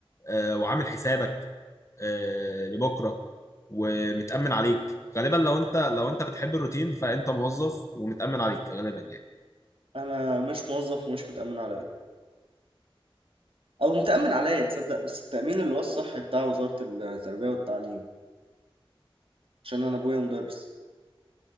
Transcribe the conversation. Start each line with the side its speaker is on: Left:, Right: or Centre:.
Left: آه وعامل حسابك آه لبكره ومتامن عليك غالبا لو انت لو انت بتحب الروتين فانت موظف ومتامن عليك غالبا يعني
Right: انا مش موظف ومش متأمن عليا او متأمن عليا تصدق بس التأمين اللي هو الصحي بتاع وزارة التربية والتعليم عشان انا ابويا مدرس